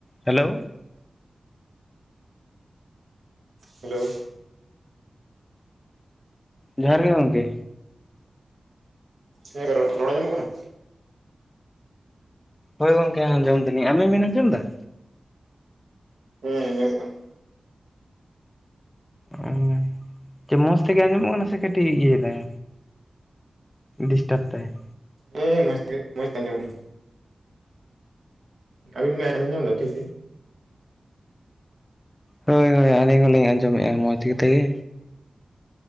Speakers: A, on the left; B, on the right.
A: Hello
B: hello
A: ᱡᱚᱦᱟᱨ ᱜᱮ ᱜᱚᱝᱠᱮ,
B: ᱦᱮᱸ ᱨᱚᱲ ᱨᱚᱲ ᱟᱸᱡᱚᱢᱚᱜ ᱠᱟᱱᱟ?
A: ᱦᱳᱭ ᱜᱚᱝᱠᱮ ᱟᱸᱡᱚᱢ ᱫᱟᱞᱤᱧ ᱟᱵᱮᱱ ᱵᱮᱱ ᱟᱸᱡᱚᱢ ᱫᱟ?
B: ᱦᱮᱸ ᱟᱸᱡᱚᱢᱚᱜ ᱠᱟᱱᱟ᱾
A: ᱚ ᱪᱮ ᱢᱚᱸᱡᱽ ᱛᱮᱜᱮ ᱟᱸᱡᱚᱢᱚᱜ ᱠᱟᱱᱟ ᱥᱮ ᱠᱟᱹᱴᱤᱡ ᱤᱭᱟᱹᱭ ᱫᱟᱭ ᱰᱤᱥᱴᱟᱵᱽ ᱫᱟᱭ?
B: ᱦᱮᱸ ᱢᱚᱸᱡᱽ ᱛᱮ ᱢᱚᱸᱡᱽ ᱛᱮ ᱟᱸᱡᱚᱢᱚᱜ ᱠᱟᱱᱟ᱾ ᱟᱵᱤᱱ ᱵᱤᱱ ᱟᱸᱡᱚᱢ ᱫᱟ ᱴᱷᱤᱠ ᱜᱤ?
A: ᱦᱳᱭ ᱦᱳᱭ ᱟᱹᱞᱤᱧ ᱦᱚᱸᱞᱤᱧ ᱟᱸᱡᱚᱢᱮᱫ-ᱟ ᱢᱚᱸᱡᱽ ᱠᱟᱛᱮ ᱜᱮ᱾